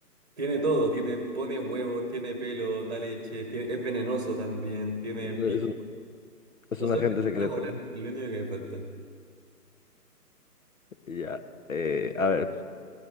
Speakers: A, on the right; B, on the left.
A: tiene todo, tiene, pone huevos, tiene pelo, da leche, tiene- es venenoso también, tiene
B: Es
A: pico.
B: un, es
A: No
B: un
A: sabe
B: agente
A: le
B: secreto.
A: falta volar, es lo único que le falta.
B: Ya, eh, a ver,